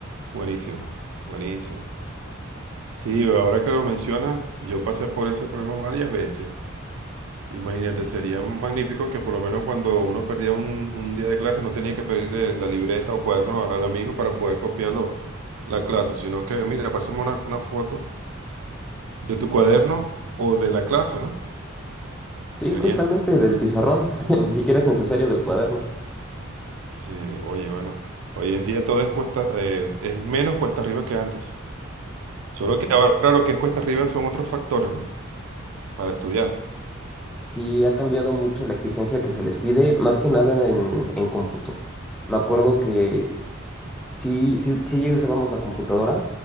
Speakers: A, on the right; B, in the centre.
A: Buenísimo, buenísimo. Sí, ahora que lo mencionas, yo pasé por ese problema varias veces. Imagínate, sería magnífico que por lo menos cuando uno perdía un, un día de clase no tenía que pedirle la libreta o cuaderno al amigo para poder copiarlo la clase, sino que, mira, pasemos una, una foto de tu cuaderno o de la clase, ¿no?
B: Sí,
A: Genial.
B: justamente del pizarrón. <laughs>
A: Mm,
B: Ni siquiera es necesario del cuaderno.
A: Sí, oye, bueno, hoy en día todo es cuesta, eh, es menos cuesta arriba que antes. Solo que ahora lo que es cuesta arriba son otros factores, ¿no? Para estudiar.
B: Sí, ha cambiado mucho la exigencia que se les pide, más que nada en, en cómputo. Me acuerdo que sí, sí, sí ya usábamos la computadora,